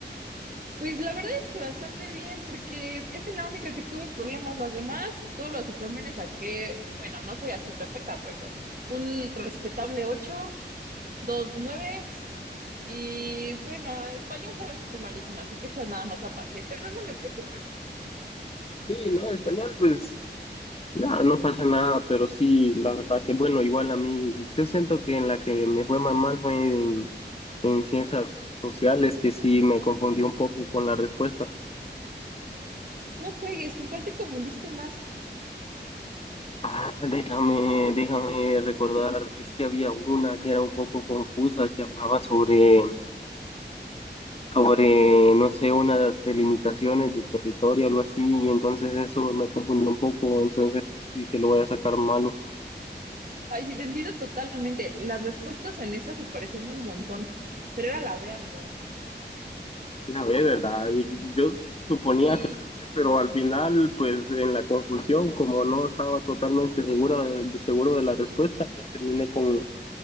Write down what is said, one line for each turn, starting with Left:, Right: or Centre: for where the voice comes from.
Right: Pues la verdad es que bastante bien, porque esa es la única que tuve problemas. Las demás, todos los exámenes saqué, bueno, no soy así perfecta, pero un respetable ocho dos nueves. Y bueno, español sabes que soy malísima, así que esa nada más la pasé, pero no me preocupa.
Left: Sí, no, español, pues No, no pasa nada, pero sí, la verdad que bueno, igual a mí, yo siento que en la que me fue más mal fue en, en ciencias sociales, que sí me confundí un poco con las respuestas.
Right: No juegues, ¿con cuál te confundiste más?
Left: Ah, déjame, déjame recordar, es que había una que era un poco confusa, que hablaba sobre, sobre, no sé, una de las delimitaciones de territorio, algo así, y entonces eso me confundió un poco, entonces eso sí que lo voy a sacar malo.
Right: Ay, sí, te entiendo totalmente. Las respuestas en esa se parecían un montón, pero era la B, amigo.
Left: La B, ¿verdad? Y yo suponía
Right: Sí,
Left: que, la B, pero al final, pues en la confusión, como no estaba totalmente segura de, de- seguro de la respuesta, pues, terminé con